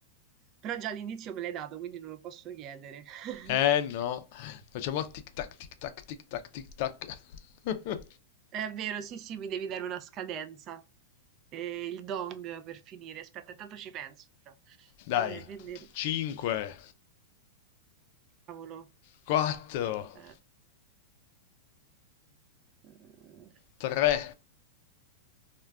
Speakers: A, on the right; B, on the left.
A: però già all'inizio me l'hai dato, quindi non lo posso chiedere. <laughs>
B: Eh no, facciamo tic tac tic tac tic tac tic tac. <laughs>
A: È vero, sì, sì, mi devi dare una scadenza. Eh, il dong per finire. Aspetta, intanto ci penso però.
B: Dai,
A: Eh, vendere,
B: 5,
A: cavolo.
B: 4,
A: Eh, mm,
B: 3,